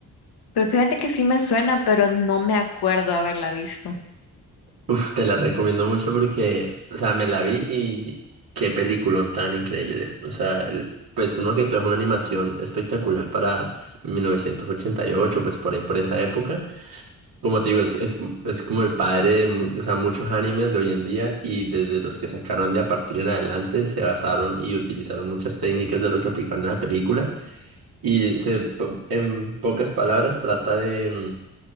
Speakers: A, on the left (about 85°); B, on the right (about 70°).
A: Pues fíjate que sí me suena, pero no me acuerdo haberla visto.
B: Uf, te la recomiendo mucho porque, o sea, me la vi y qué peliculón tan increíble. O sea, el- pues primero que todo es una animación espectacular para 1988, pues por ahí, por esa época. Como te digo, es, es, es como el padre de, mu- o sea, muchos animes de hoy en día y desde los que sacaron de a partir en adelante se basaron y utilizaron muchas técnicas de lo que aplicaron en la película. Y se, po- en pocas palabras, trata de... mm,